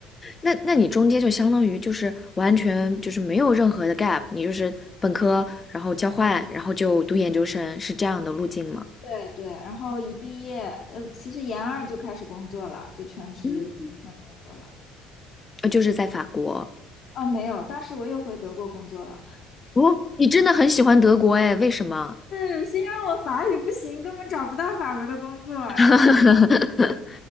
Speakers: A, on the left; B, on the left.
A: 那那你中间就相当于就是完全就是没有任何的 gap，你就是本科，然后交换，然后就读研究生，是这样的路径吗？
B: 对对，然后一毕业，呃，其实研二就开始工作了，就全职第一份工作了。
A: 嗯，呃就是在法国。
B: 啊，没有，当时我又回德国工作了。
A: 哦，你真的很喜欢德国哎？为什么？
B: 是是因为我法语不行，根本找不到法国的工作。然后
A: <laughs>